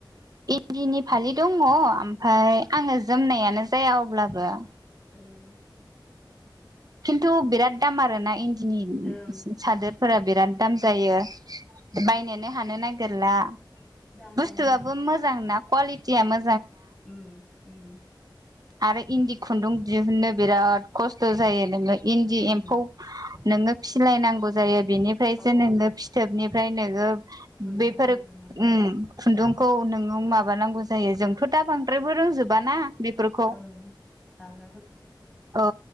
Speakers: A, on the right (about 50°); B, in the centre.
A: इन्दिनि फालि दङ ओमफाय आङो जोमनायानो जाया अब्लाबो।
B: उम
A: खिन्थु बिराद दाम आरो ना इन्दिनि
B: ओं
A: सादोर फोरा बिराद दाम जायो बायनो हानो नागिरला
B: दाम
A: बुस्थुआबो
B: जायो
A: मोजां ना क्वालिटिया मो
B: उम उम
A: आरो इन्दि खुन्दुं दिहुननो बिराद खस्थ' जायो नोङो इन्दि
B: उम
A: एम्फौ नोङो फिलायनांगौ जायो बिनिफ्रायसो
B: अ
A: नोङो फिथोबनिफ्राय नोङो
B: खुन्दुं
A: बेफोर
B: दिहुनो
A: उम खुन्दुंखौ नोङो माबानांगौ जायो जोंथ' दा बांद्रायबो रोंजोबाना। बेफोरखौ
B: औ जागोन
A: औ